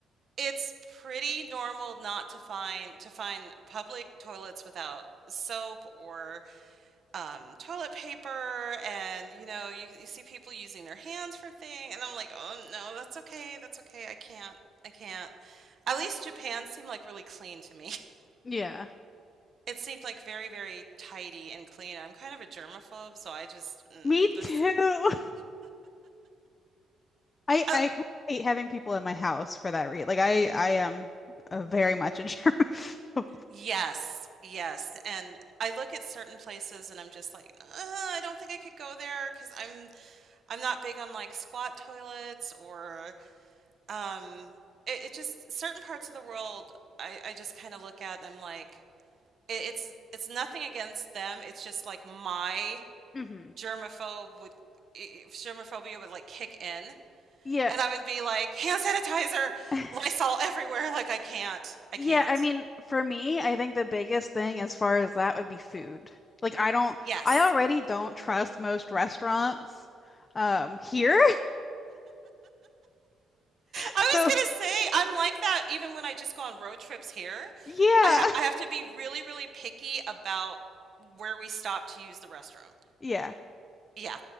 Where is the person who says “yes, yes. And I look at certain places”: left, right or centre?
Right